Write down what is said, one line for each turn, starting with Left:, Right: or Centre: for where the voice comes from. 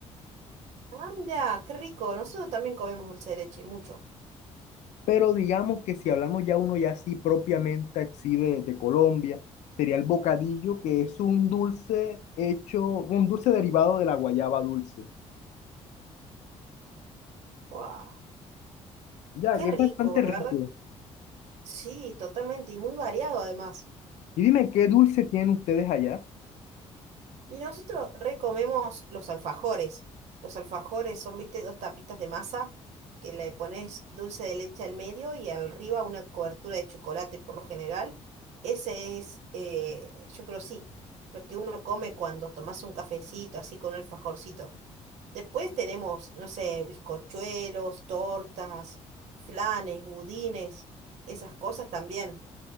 Right: Ah, mirá, qué rico, nosotros también comemos dulce de leche, mucho.
Left: Pero digamos que si hablamos ya uno ya así propiamente así de, de Colombia, sería el bocadillo, que es un dulce hecho, un dulce derivado de la guayaba dulce.
Right: ¡Wow!
Left: Ya,
Right: Qué
Left: que
Right: rico,
Left: es bastante rico.
Right: la verdad, sí, totalmente, y muy variado además.
Left: Y dime, ¿qué dulce tienen ustedes allá?
Right: Y nosotros recomemos los alfajores. Los alfajores son, viste, dos tapitas de masa que le pones dulce de leche al medio y arriba una cobertura de chocolate por lo general. Ese es, eh, yo creo sí, lo que uno come cuando tomas un cafecito así con un alfajorcito. Después tenemos, no sé, bizcochuelos, tortas, flanes, budines, esas cosas también